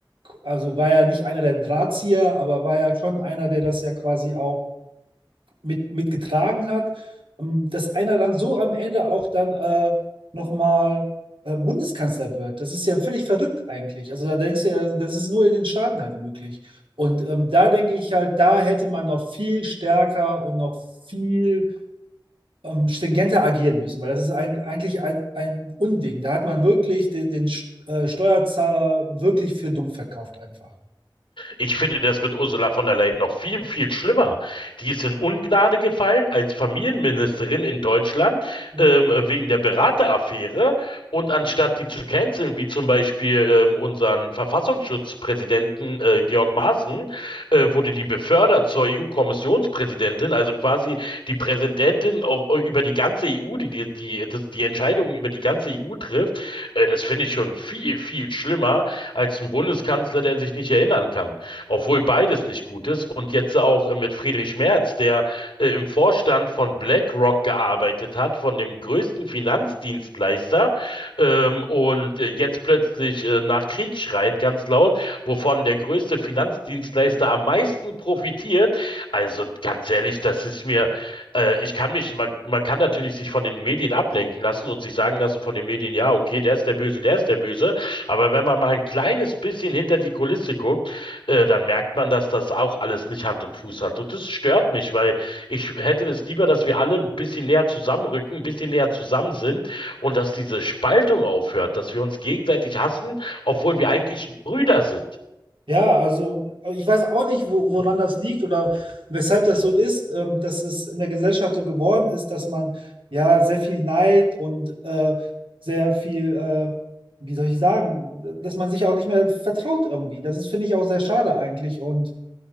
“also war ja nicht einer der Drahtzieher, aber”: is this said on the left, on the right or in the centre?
Right